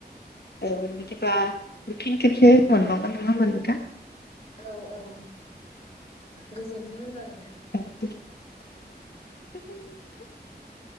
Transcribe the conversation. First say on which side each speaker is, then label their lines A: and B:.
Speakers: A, on the left; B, on the left.
A: औ बिदिबा फिन खेबसे मोनबावगोन नङा मोनै दा
B: औ औ गोजोनथों होनब्ला नोंथां
A: <unintelligible>